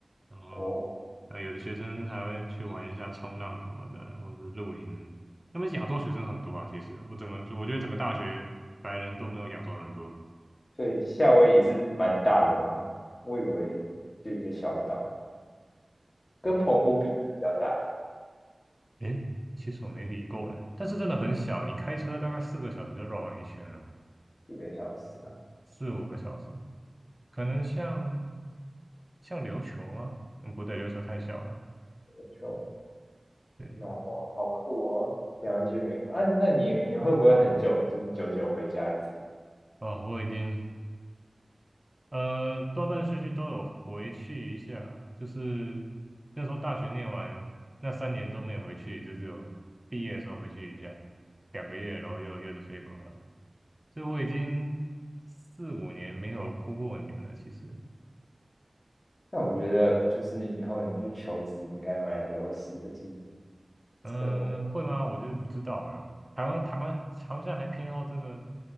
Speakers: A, on the right; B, on the left.
A: 然后，
B: 哦，
A: 啊，有的学生还会去玩一下冲浪什么的，或者是露营。那边亚洲学生很多啊，其实我整个就我觉得整个大学白人都没有亚洲人多。
B: 对，夏威夷是蛮大的吗？我以为就一个小岛，跟澎湖比还是比较大，
A: 诶，其实我没理过诶，但是真的很小，你开车大概四个小时就绕完一圈了，
B: 这个小时啊，
A: 四五个小时。可能像像琉球吗？嗯，不对，琉球太小了。
B: 就
A: 对，
B: 知道哦，好酷哦！想要去美国啊？那你你会不会很久，就是久久回家一次？
A: 哦，我已经呃断断续续都有回去一下，就是那时候大学念完那三年都没有回去，就只有毕业的时候回去一下两个月，然后又又得飞回来，所以我已经四五年没有过过年了。其实，
B: 那我觉得就是以后你去求职应该蛮有优势的，其实
A: 嗯，
B: 生活
A: 会吗？我就是不知道哎。台湾台湾好像还偏好这个